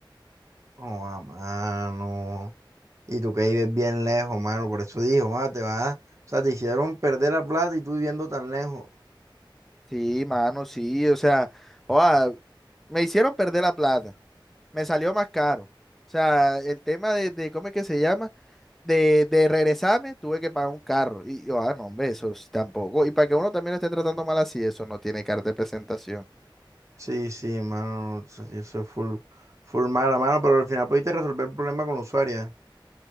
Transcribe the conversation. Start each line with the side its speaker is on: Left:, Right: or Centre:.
Right: Oh, ah, mano. Y tú que vives bien lejos, mano. Por eso dije ah, te vas. O sea, te hicieron perder la plata y tú viviendo tan lejos.
Centre: Sí, mano, sí, o sea, oa, me hicieron perder la plata. Me salió más caro. O sea, el tema de, de ¿cómo es que se llama? de, de regresarme, tuve que pagar un carro. Y yo, ah, no, hombre, eso sí tampoco. Y para que uno también lo esté tratando mal así, eso no tiene carta de presentación.
Right: Sí, sí, mano. Eso eso es full, full mala, mano. Pero al final pudiste resolver el problema con la usuaria.